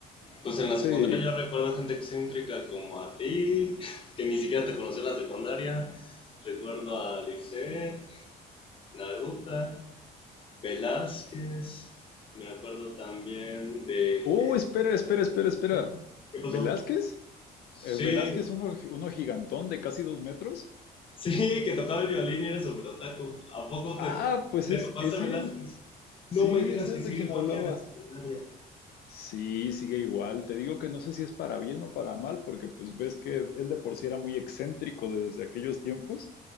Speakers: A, on the left; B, on the left.
A: Pues en la
B: sí.
A: secundaria yo recuerdo gente excéntrica como a ti, <laughs> que ni siquiera te conocí en la secundaria. Recuerdo a Lisette, Naruta, Velázquez. Me acuerdo también de...
B: Uh,
A: eh,
B: espera, espera, espera, espera.
A: ¿Qué pasó?
B: ¿Velázquez?
A: Sí,
B: Eh, ¿Velázquez, uno, uno gigantón de casi dos metros?
A: <laughs> sí, que tocaba el violín y era súper otaku. ¿A poco
B: Ah,
A: te, te
B: pues es,
A: topaste
B: es
A: a Velázquez?
B: él.
A: No
B: Sí,
A: me digas
B: es él
A: que sigue
B: de quien
A: igual
B: hablaba.
A: que en la secundaria.
B: Sí, sigue igual. Te digo que no sé si es para bien o para mal, porque pues ves que él de por sí era muy excéntrico desde aquellos tiempos.